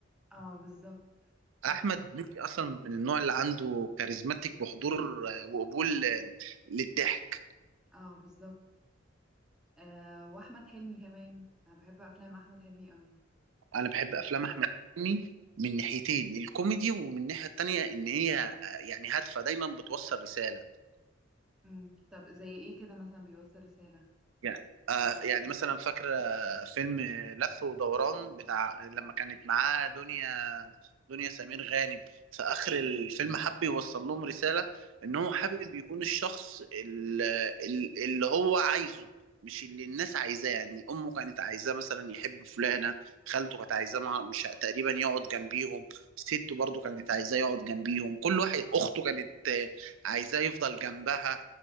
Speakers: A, in the centre; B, on the right.
A: اه بالظبط لا
B: أحمد
A: صراحة
B: مكي أصلا من النوع اللي عنده كاريزماتيك وحضور آه، وقبول آه، للضحك
A: اه بالظبط أه واحمد حلمي كمان انا بحب افلام احمد حلمي قوي
B: أنا بحب
A: بالذات
B: أفلام
A: القديم.
B: أحمد مكي من ناحيتين الكوميدي ومن الناحية التانية إن هي آه، يعني هادفة دايما بتوصل رسالة
A: امم طب زي ايه كده مثلا بيوصل رسالة
B: يعني آه يعني مثلا فاكرة فيلم لف ودوران بتاع لما كانت معاه دنيا دنيا سمير غانم في آخر الفيلم حب يوصل لهم رسالة إن هو حابب يكون الشخص ال- ال- اللي هو عايزه مش اللي الناس عايزاه يعني أمه كانت عايزاه مثلا يحب فلانة خالته كانت عايزاه مع- مش تقريبا يقعد جنبيهم سته برضو كانت عايزاه يقعد جنبيهم كل واحد أخته كانت آه، عايزاه يفضل جنبها